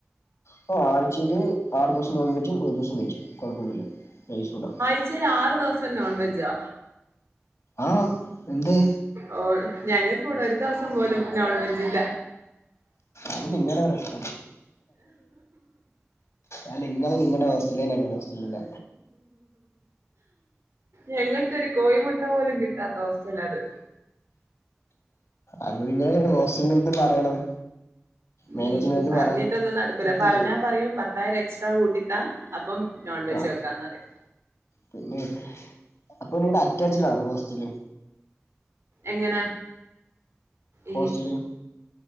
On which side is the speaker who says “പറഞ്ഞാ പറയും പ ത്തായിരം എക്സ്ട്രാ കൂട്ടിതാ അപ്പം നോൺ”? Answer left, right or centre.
Right